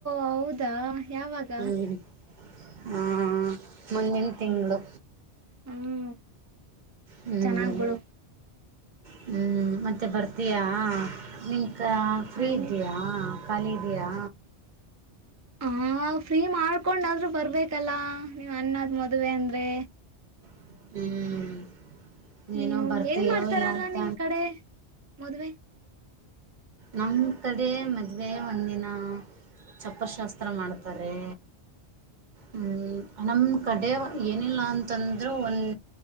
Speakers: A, on the right (about 25°); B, on the right (about 45°).
A: ಹೌದಾ ಯಾವಾಗ
B: ಹ್ಮ. ಆ ಮೊನ್ನೆ ತಿಂಗಳು
A: ಹ್ಮ್
B: ಹ್ಮ್
A: ಚೆನ್ನಾಗ್ ಬಿಡು
B: ಹ್ಮ್ ಮತ್ತೆ ಬರ್ತೀಯಾ? ನಿನ್ ಕ ಫ್ರೀ
A: ಹಂಗೆ
B: ಇದೆಯಾ? ಖಾಲಿ ಇದೆಯಾ?
A: ಹ ಫ್ರೀ ಮಾಡ್ಕೊಂಡಾದ್ರರು ಬರ್ಬೇಕಲ್ಲಾ, ನೀವ್ ಅನ್ನದ್ ಮದುವೆ ಅಂದ್ರೆ
B: ಹ್ಮ್
A: ನೀನು
B: ಏನೋ ಬರ್ತೀಯೋ
A: ಹೆಂಗ ಮಾಡ್ತಾರಲ್ವಾ,
B: ಇಲ್ಲ ಅಂತ
A: ನಿಮ್ ಕಡೆ ಮದ್ವೆ
B: ನಮ್ಮ ಕಡೆ ಮದುವೆ, ಒಂದಿನ ಚಪ್ಪರಶಾಸ್ತ್ರ ಮಾಡ್ತಾರೆ ಹ್ಮ್ ನಮ್ಮ ಕಡೆ ಏನಿಲ್ಲ ಅಂತಂದ್ರೆ ಒಂದು